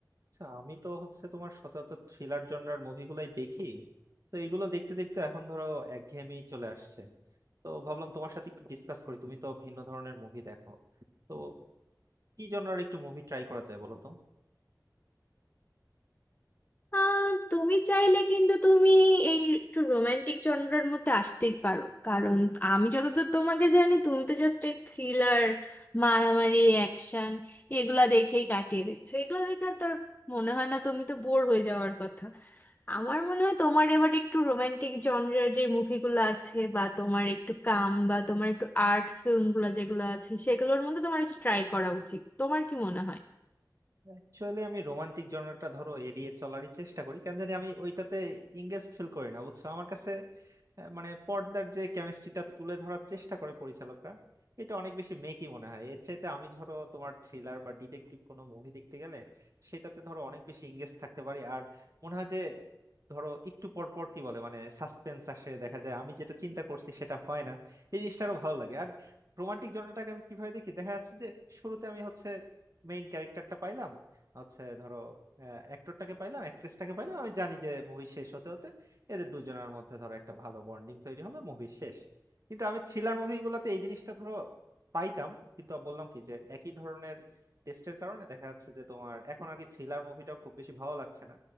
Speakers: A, on the right; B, on the left.
A: আচ্ছা আমি তো হচ্ছে তোমার সচরাচর থ্রিলার জনরার মুভিগুলাই দেখি তো এগুলো দেখতে দেখতে এখন ধরো একঘেয়েমি চলে আসছে তো ভাবলাম তোমার সাথে একটু ডিসকাস করি তুমি তো ভিন্ন ধরনের মুভি দেখো তো কি জনরার একটু মুভি ট্রাই করা যায় বলো তো
B: আহ, তুমি চাইলে কিন্তু তুমি এই একটু রোমান্টিক জনরার মধ্যে আসতেই পারো কারণ আমি যতদূর তোমাকে জানি তুমি তো জাস্ট এই থ্রিলার মারামারি অ্যাকশন এগুলা দেখেই কাটিয়ে দিচ্ছ এগুলো দেখে আর তোর মনে হয় না তুমি তো বোর হয়ে যাওয়ার কথা আমার মনে হয় তোমার এবার একটু রোমান্টিক জনরার যে মুভিগুলো আছে বা তোমার একটু কাম বা তোমার একটু আর্ট ফিল্মগুলো যেগুলো আছে সেগুলোর মধ্যে তোমার একটু ট্রাই করা উচিত তোমার কি মনে হয়
A: অ্যাকচুয়ালি আমি রোমান্টিক জনরাটা ধরো এড়িয়ে চলারই চেষ্টা করি কেন জানি আমি ওইটাতে ইংগেজ ফিল করি না বুঝছো আমার কাছে আহ, মানে পর্দার যে কেমিস্ট্রিটা তুলে ধরার চেষ্টা করে পরিচালকরা এটা অনেক বেশি মেকি মনে হয় এর চাইতে আমি ধরো তোমার থ্রিলার বা ডিটেকটিভ কোনো মুভি দেখতে গেলে সেটাতে ধরো অনেক বেশি এঙ্গেজ থাকতে পারি আর মনে হয় যে ধরো একটু পর পর কি বলে মানে সাসপেন্স আসে দেখা যায় আমি যেটা চিন্তা করছি সেটা হয় না এই জিনিসটা আরো ভালো লাগে আর রোমান্টিক জনরাটাকে আমি কিভাবে দেখি দেখা যাচ্ছে যে শুরুতে আমি হচ্ছে মেইন ক্যারেক্টারটা পাইলাম হচ্ছে ধরো অ্যাক্টরটাকে পাইলাম অ্যাক্ট্রেসটাকে পাইলাম আমি জানি যে মুভি শেষ হতে হতে এদের দুজনের মধ্যে ধরো একটা ভালো বন্ডিং তৈরি হবে মুভি শেষ কিন্তু আমি থ্রিলার মুভিগুলোতে এই জিনিসটা ধরো পাইতাম কিন্তু বললাম কি যে একই ধরনের টেস্টের কারণে দেখা যাচ্ছে যে তোমার এখন আর কি থ্রিলার মুভিটাও খুব বেশি ভালো লাগছে না